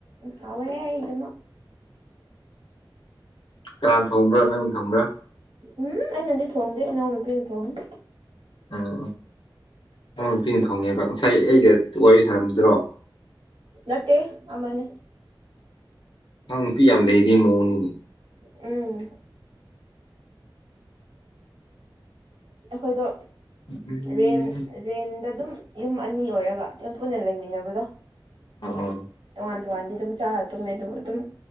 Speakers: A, on the right (about 85°); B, on the left (about 65°).
A: ꯍꯥꯎꯋꯦꯍꯦ ꯑꯩ ꯗꯨꯝ
B: ꯀꯅꯥ ꯊꯣꯡꯕ꯭ꯔꯥ ꯅꯪ ꯊꯣꯡꯕ꯭ꯔꯥ
A: ꯎꯝ ꯑꯩꯅꯗꯤ ꯊꯣꯡꯗꯦ ꯏꯅꯥꯎ ꯅꯨꯄꯤꯅ ꯊꯣꯡꯉꯦ
B: ꯎꯝ ꯅꯥꯎ ꯅꯨꯄꯤꯅ ꯊꯣꯡꯉꯦꯕ ꯉꯁꯥꯏ ꯑꯩꯒ ꯋꯥꯔꯤ ꯁꯥꯔꯝꯕꯗꯨꯔꯣ
A: ꯅꯠꯇꯦ ꯑꯃꯅꯦ
B: ꯅꯪ ꯅꯨꯄꯤ ꯌꯥꯝ ꯂꯩꯔꯤ ꯃꯑꯣꯡꯅꯤꯅꯦ
A: ꯎꯝ ꯑꯩꯈꯣꯏꯗꯣ
B: ꯎꯝ
A: ꯔꯦꯟ ꯔꯦꯟꯗ ꯑꯗꯨꯝ ꯌꯨꯝ ꯑꯅꯤ ꯑꯣꯏꯔꯒ ꯑꯗꯨꯝ ꯄꯨꯟꯅ ꯂꯩꯃꯤꯟꯅꯕꯗꯣ
B: ꯑꯣ
A: ꯇꯣꯉꯥꯟ ꯇꯣꯉꯥꯟꯗꯤ ꯑꯗꯨꯝ ꯆꯥꯔ ꯇꯨꯝꯃꯦ ꯑꯗꯨꯕꯨ ꯑꯗꯨꯝ